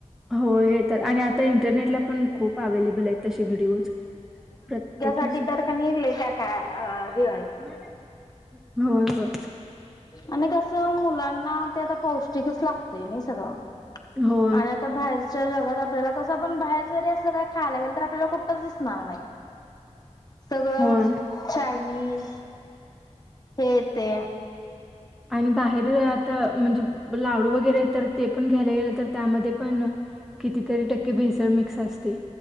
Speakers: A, in the centre; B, on the left.
A: हो येतात आणि आता इंटरनेटला पण खूप अवे्लेबल आहेत तसे व्हिडिओज प्रत्येक
B: साठी
A: ह्याचे
B: तर का निलेय का काय हेय
A: हो हो
B: आणि कसं मुलांना ते आता पौष्टिकच लागतय नाही सगळं
A: हो
B: आणि आता बाहेरच्या जगात आपल्याला कसं आपण बाहेर जरी असलं काही खायला गेल तर आपल्याला कुठच दिसणार नाही सगळं
A: होय
B: छान चायनीज हे येते
A: आणि बाहेर आता म्हणजे लाडू वगैरे तर ते पण घ्यायला गेलं तर त्यामध्ये पण कितीतरी टक्के भेसळ मिक्स असते